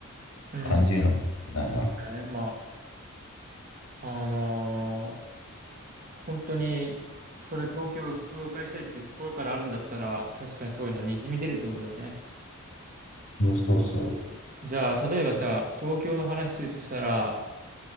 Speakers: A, on the right (about 40°); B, on the left (about 80°).
A: うん。
B: 感じるのかもしれないな。
A: ねまあ、あのー本当に、それ東京を紹介したいっていう心からあるんだったら、確かにそういうのにじみ出るってことだよね。
B: そうそうそ
A: じゃあ、例えばさ、東京の話するとしたら、